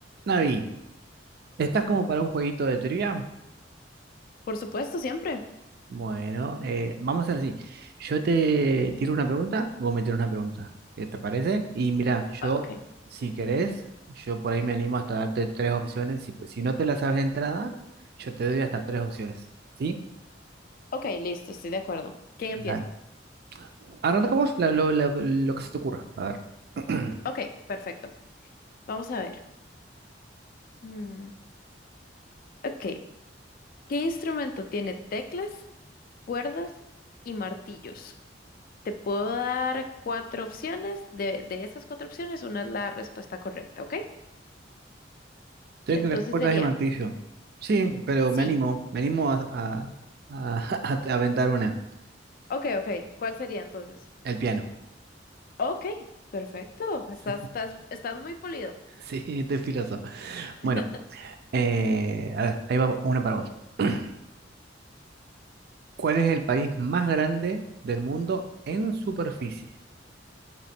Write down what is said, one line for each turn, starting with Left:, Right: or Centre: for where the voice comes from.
Right: Navi, ¿estás como para un jueguito de trivia?
Left: Por supuesto, siempre.
Right: Bueno, eh, vamos a hacer así. Yo te tiro una pregunta, vos me tiras una pregunta. ¿Qué te parece? Y mira, yo,
Left: Ah, Ok,
Right: si querés, yo por ahí me animo hasta darte tres opciones. Si, pues, si no te la sabes de entrada, yo te doy hasta tres opciones. ¿Sí?
Left: ok, listo, estoy de acuerdo. ¿Quién empieza?
Right: Dale. Arrancamos la- lo, lo- lo que se te ocurra. A ver. <clears throat>
Left: Ok, perfecto. Vamos a ver. Mm, ok, ¿qué instrumento tiene teclas, cuerdas y martillos? Te puedo dar cuatro opciones. De, de esas cuatro opciones, una es la respuesta correcta, ¿ok?
Right: Tengo
Left: Entonces
Right: las cuerdas
Left: sería,
Right: de martillo. Sí, pero
Left: sí.
Right: me animo. Me animo a, a, a- <laughs> a aventar una.
Left: Ok, ok, ¿cuál sería entonces?
Right: El piano.
Left: Ok, perfecto.
Right: <laughs>
Left: Estás, estás, estás muy pulido.
Right: Sí, estoy filoso.
Left: <laughs>
Right: Bueno, eh, a ver, ahí va una para vos. <clears throat> ¿Cuál es el país más grande del mundo en superficie?